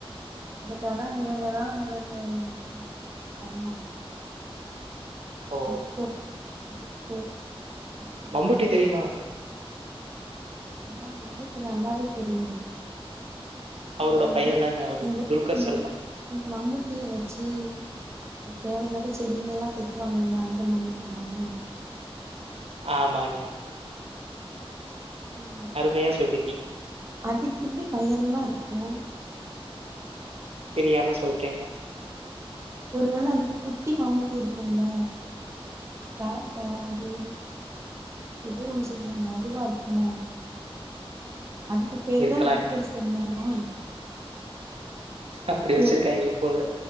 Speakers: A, on the right; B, on the right.
A: பட் ஆனா இவங்க தா வந்தறது கொஞ்ச டைம் ஆகும்
B: ஓ
A: துல்கர் துல்கர் அப்படியா?
B: மம்புட்டி தெரியுமா
A: ஆ மமூட்டி நல்லாவே தெரியும்
B: அவரோட
A: இந்த
B: பையன் தாங்க அவரு
A: இந்த
B: துல்கர்
A: இந்த
B: சல்மான்
A: இந்த மமூட்டிய வச்சி தேவயில்லாத செடிகலெல்லா கொத்துவாங்காலே அந்த மமூட்டி தானே
B: ஆமாங்க
A: ம்
B: அருமையா சொல்லிருக்கீங்க
A: அதுக்கு எப்படி பையன்ல்லா இருக் ஓன்
B: தெரியாம சொல்டேங்க
A: ஒரு வேல அதுக்கு குட்டி மமூட்டி இருக்கும்ல கா கா அது ஏதோ ஒண்ணு சொல்லுவாங்க அதுவா இருக்குமோ அதுக்கு பேரு
B: இருக்கலாங்க
A: தான் துல்கர் சல்மானா
B: அப்படி வச்சிருக்காங்க
A: எப்
B: போல